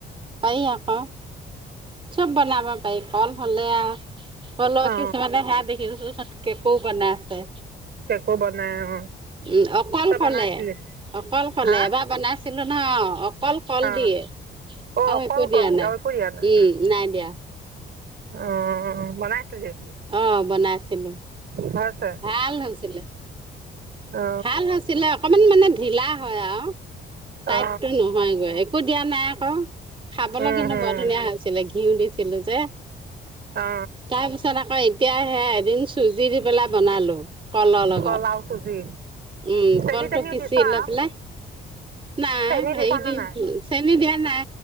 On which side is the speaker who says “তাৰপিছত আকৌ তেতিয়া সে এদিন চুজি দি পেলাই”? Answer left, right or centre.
Right